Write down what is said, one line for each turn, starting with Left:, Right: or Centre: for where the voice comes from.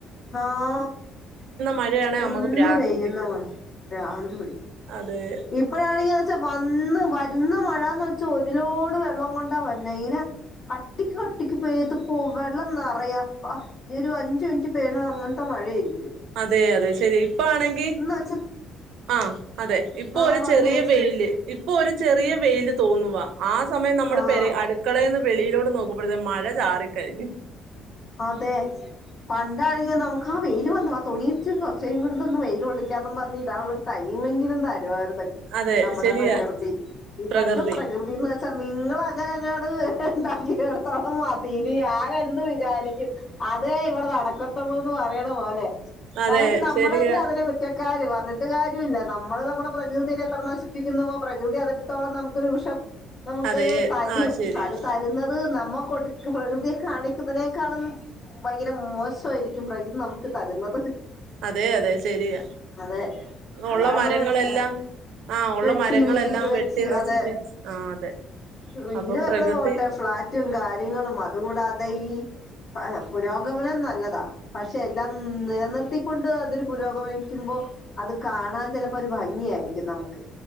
Left: ആഹ്
Right: മഴയാണെ
Left: നിന്ന്
Right: നമുക്ക് ഭ്രാന്ത്
Left: പെയ്യുന്ന
Right: പിടിക്കും
Left: മാതിരി. പ്രാന്ത് പിടിക്കും.
Right: അതെ
Left: ഇപ്പഴാണെങ്കിന്ന് വെച്ചാ വന്ന് വരുന്ന മഴന്ന് വെച്ച ഒരിലോട് വെള്ളോം കൊണ്ടാ വരുന്നേ ഇനെ കട്ടിക്ക് കട്ടിക്ക് പെയ്ത് വെള്ളം നെറയ.. ഒരു അഞ്ച് മിനിറ്റ് പെയ്യണത് അങ്ങനത്തെ മഴയയിരിക്കും
Right: അതെ അതെ ശരി ഇപ്പ ആണെങ്കി
Left: വെച്ചാ
Right: ആഹ് അതെ. ഇപ്പൊ
Left: ആഹ്
Right: ഒരു
Left: പറഞ്ഞോ
Right: ചെറിയ
Left: ചേച്ചി
Right: വെയില് ഇപ്പൊ ഒരു ചെറിയ വെയില് തോന്നുവാ. ആ സമയം നമ്മൾ
Left: ആഹ്
Right: പെരെ അടുക്കളെന്ന് വെളിയിലോട്ട് നോക്കുമ്പോഴത്തെ മഴ ചാറിക്കഴിഞ്ഞു.
Left: അതെ പണ്ടാണെങ്കി നമുക്ക് ആ വെയില് വന്ന് ആ തുണിയിച്ച് കുറച്ചും കൂടി ന്നൊന്നും വെയിലൊള്ളിക്കാന്നും പറഞ്ഞ് ഇടാനൊള്ളരു ടൈമെങ്കിലും തരുആയിരുന്നു.
Right: അതെ
Left: നമ്മുടെ
Right: ശരിയാ
Left: പ്രകൃതി ഇവിടുത്തെ
Right: പ്രകൃതി
Left: പ്രകൃതിന്ന് വെച്ചാ നിങ്ങളങ്ങനെ അങ്ങാട് ഉണ്ടാക്കിടത്തോള മതീന്ന്.. ഞാനെന്ത് വിചാ അതെ ഇവിടെ നടക്കത്തുള്ളൂന്ന് പറയണ പോലെ...
Right: അതെ
Left: കാരണന്ന് വെച്ച നമ്മള്
Right: ശരിയാ
Left: തന്നെ അതിന് കുറ്റ കാര് പറഞ്ഞിട്ട് കാര്യല്ല.. നമ്മള് നമ്മുടെ പ്രകൃതിയെ എത്ര നശിപ്പിക്കുന്നുവോ പ്രകൃതി അതിടത്തോളം നമുക് രോഷം നമുക്ക്
Right: അതെ
Left: തരും
Right: ആഹ് ശരിയാ
Left: അത് തരുന്നത് നമ്മ കൊടുക്ക് പ്രകൃതിയെ കാണിക്കുന്നതിനെ ക്കാളും ഭയങ്കര മോഷൊയിരിക്കും പ്രകൃതി നമുക്ക് തരുന്നത്.
Right: അതെ അതെ ശെരിയ
Left: അതെ അതാണ്
Right: ഒള്ള മരങ്ങളെല്ലാം
Left: മനസ്സിലാക്കുന്നത്
Right: ആഹ് ഒള്ള
Left: വെട്ടി
Right: മരങ്ങളെല്ലാം
Left: വീട് വെച്ച്
Right: വെട്ടി നശിപ്പിച്ച്
Left: അതെ
Right: ആ അതെ.
Left: വീട്
Right: അപ്പം
Left: വെക്കണ
Right: പ്രകൃതി
Left: പോട്ടെ ഫ്ലാറ്റും കാര്യങ്ങളും അത് കൂടാതെ ഈ ആ പുരോഗമനം നല്ലതാ. പക്ഷെ എല്ലാം നിലനിർത്തിക്കൊണ്ട് അതൊരു പുരോഗമനക്കും അപ്പോ അത് കാണാൻ ചിലപ്പോ ഒരു ഭംഗിയാരിക്കും നമുക്ക്.